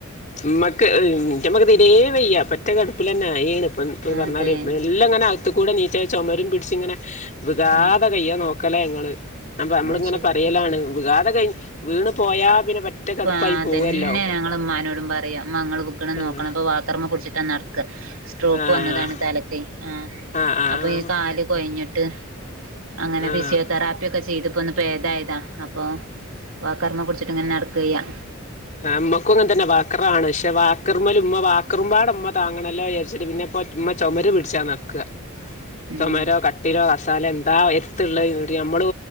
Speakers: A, on the left; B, on the right.
A: ഉമ്മക്ക് <unintelligible> തീരെ വയ്യ പറ്റേ കടുപ്പിൽ തന്നെ ഈണ ഇപ്പ പറഞ്ഞ
B: അതെ
A: എല്ലാം ഇങ്ങനെ അകത്ത കൂടെ നീച്ച ചുമരും പിടിച്ചും ഇങ്ങനെ വിഗാതെ
B: ഉം
A: കയ്യ നോക്കലേ ഞങ്ങള് അപ്പ നമ്മളിങ്ങനെ
B: അത് ശരി
A: പറയലാണ് വിഗാതെ കഴി വീണുപോയാ പിന്നെ കടുപ്പായി
B: അതന്നെ
A: പോവല്ലോ
B: ഞങ്ങ ഉ്മാനോടും പറയാ മ്മ ഇങ്ങൾ വുക്കണം
A: ആഹ്
B: നോക്കണം അപ്പൊ വാക്കർമ്മ പുടിച്ചിട്ടാ നടക്ക സ്ട്രോക്ക്
A: ആഹ്
B: വന്നതാണ് തലക്കൈ ആഹ
A: ആഹ് ആഹ്
B: അപ്പൊ ഈ കാല് കൊഴഞ്ഞിട്ട് അങ്ങനെ
A: ആഹ്
B: ഫിസിയോതെറാപ്പിയ ഒക്കെ ചെയ്തപ്പോ ഒന്ന് പേതായതാ അപ്പൊ വാക്കർമ്മ പുടിച്ചിട്ടിങ്ങനെ നടക്ക ഗയാ
A: അമ്മക്കും അങ്ങെ തന്നെ വാക്കറ ആണ് പക്ഷെ വാക്കർമ്മൽ ഉമ്മ വാക്കറുമമ്പാട് അമ്മ താങ്ങണമല്ലോ വിയാരിച്ചിട്ട പിന്നെ <unintelligible> ഉമ്മ ചുമര പിടിച്ചാ നട്ക
B: ഉം
A: ചുമര ക പി മസാല എന്താ എത്തുള്ള ഇടെനമ്മള്